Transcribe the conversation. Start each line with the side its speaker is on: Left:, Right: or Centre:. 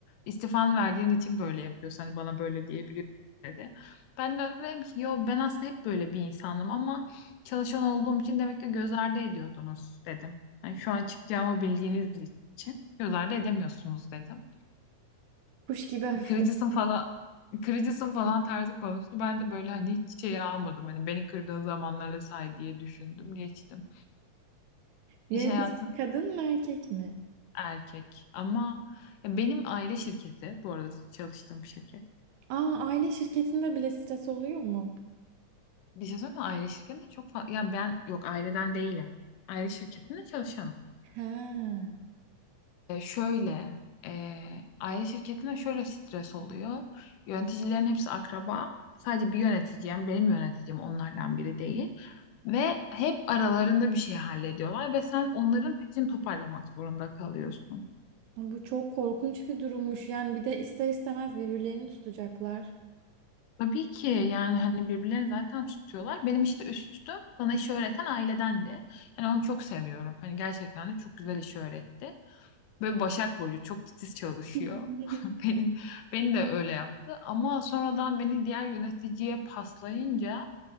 Left: İstifan verdiğin için böyle yapıyorsun. Hani bana böyle diyebiliyorsun dedi. Ben de dedim ki yo ben aslında hep böyle bir insanım ama çalışan olduğum için demek ki göz ardı ediyordunuz dedim. Hani şu an çıkacağımı bildiğiniz için göz ardı edemiyorsunuz dedim.
Right: kuş gibi hafifledim.
Left: Kırıcısın falan kırıcısın falan tarzı konuştu. Ben de böyle hani hiç şey almadım. Hani beni kırdığın zamanlara say diye düşündüm geçtim.
Right: Yönetici
Left: İş hayatı
Right: kadın mı erkek mi?
Left: erkek. Ama ya benim aile şirketi, bu arada çalıştığım şirket.
Right: Aa aile şirketinde bile stres oluyor mu?
Left: Bir şey söyleyeyim mi? Aile şirketinde çok fazla... Ya ben yok aileden değilim. Aile şirketinde çalışanım.
Right: Ha.
Left: E, şöyle, e, aile şirketinde şöyle stres oluyor. Yöneticilerin hepsi akraba. Sadece bir yöneticim, benim yöneticim onlardan biri değil. Ve hep aralarında bir şey hallediyorlar ve sen onların peşini toparlamak zorunda kalıyorsun.
Right: Bu çok korkunç bir durummuş. Yani bir de ister istemez birbirlerini tutacaklar.
Left: Tabii ki yani hani birbirlerini zaten tutuyorlar. Benim işte üstüm bana işi öğreten ailedendi. Yani onu çok seviyorum. Hani gerçekten de çok güzel işi öğretti. Böyle Başak Burcu çok titiz çalışıyor.
Right: <laughs>
Left: <laughs> Beni, beni de öyle yaptı. Ama sonradan beni diğer yöneticiye paslayınca